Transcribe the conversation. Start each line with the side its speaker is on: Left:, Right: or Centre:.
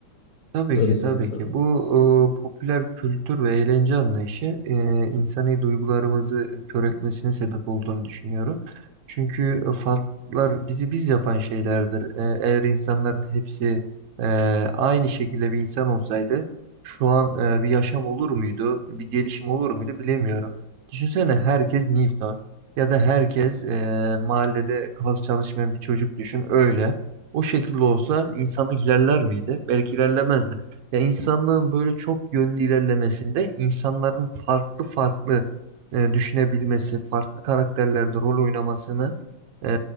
Right: Tabii
Left: Öyle
Right: ki
Left: söyleyeyim
Right: tabii
Left: sana.
Right: ki. Bu e, popüler kültür ve eğlence anlayışı e, insani duygularımızı kör etmesine sebep olduğunu düşünüyorum. Çünkü e, farklar bizi biz yapan şeylerdir. E, eğer insanların hepsi e, aynı şekilde bir insan olsaydı şu an e, bir yaşam olur muydu, bir gelişim olur muydu bilemiyorum. Düşünsene herkes Newton ya da herkes e, mahallede kafası çalışmayan bir çocuk düşün öyle. O şekilde olsa insanlık ilerler miydi? Belki ilerlemezdi. Ya insanlığın böyle çok yönlü ilerlemesinde insanların farklı farklı e, düşünebilmesi, farklı karakterlerde rol oynamasının e,